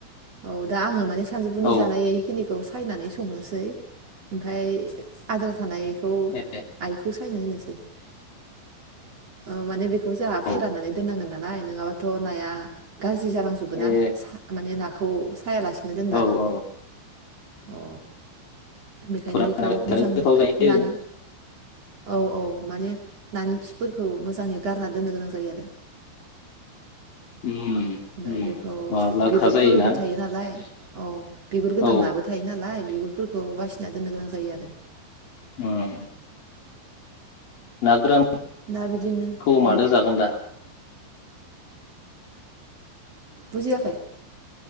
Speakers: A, on the right; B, on the left.
A: औ दा आङो माने सानजौफुनि
B: औ
A: जानायखिनि खौ सायनानै संनोसै ओमफ्राय आद्रा थानाय खौ
B: ए
A: आइखौ सायनो होनोसै। <inaudible> ओ माने बेख खौ जोंहा फोरान
B: औ
A: दोननांगोन ना। नालाय नङाबाथ' नाया गाज्रि जालांजोबोना
B: ए
A: सा माने नाखो खौ सायालासिनो दोनबा।
B: औ औ
A: अ बेखायनो
B: फोराननानै
A: बेखौ मोजां
B: जानो गोथाव जायो
A: नानि औ औ। माने नानि खिफोरखौ मोजाङै गारना दोननो गोनां जायो आरो।
B: उम
A: ओमफाय
B: उम
A: बेखौ
B: माब्ला गोखा
A: बिगुरफोरबो
B: जायोना
A: थायो नालाय औ बिगुर गोनां
B: औ
A: नाबो थायो नालाय। बिगुरफोरखौ बासिना दोननो गोनां जायो आरो।
B: ओम ना गोरान
A: दा बिदिनो
B: खौ मादो
A: औ
B: जागोन दा?
A: बुजियाखै।